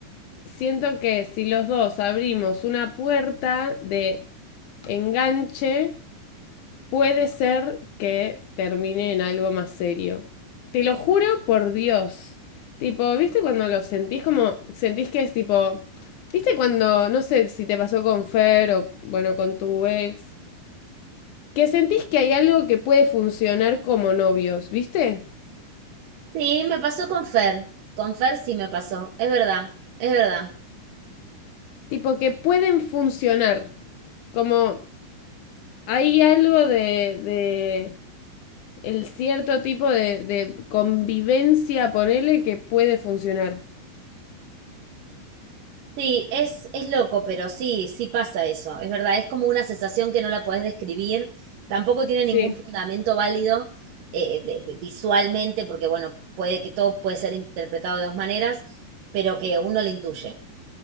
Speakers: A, on the left; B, on the right.
A: siento que si los dos abrimos una puerta de enganche, Puede ser que termine en algo más serio. Te lo juro por Dios. Tipo, ¿viste cuando lo sentís como... Sentís que es tipo... ¿Viste cuando, no sé si te pasó con Fer o, bueno, con tu ex, que sentís que hay algo que puede funcionar como novios, ¿viste?
B: Sí, me pasó con Fer. Con Fer sí me pasó. Es verdad, es verdad.
A: Tipo, que pueden funcionar. Como hay algo de, de el cierto tipo de, de convivencia, ponele, que puede funcionar.
B: Sí, es, es loco, pero sí, sí pasa eso. Es verdad, es como una sensación que no la podés describir. Tampoco tiene
A: Sí.
B: ningún fundamento válido eh, de- de- visualmente, porque bueno, puede que todo puede ser interpretado de dos maneras, pero que uno lo intuye.